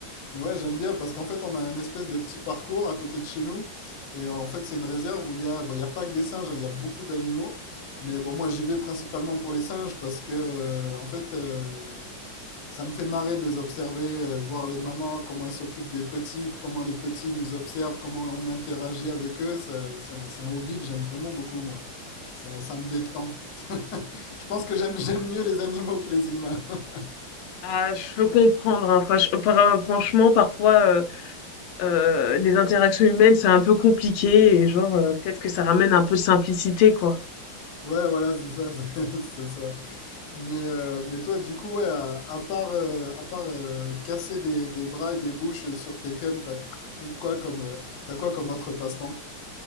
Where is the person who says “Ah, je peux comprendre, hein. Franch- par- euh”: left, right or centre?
Left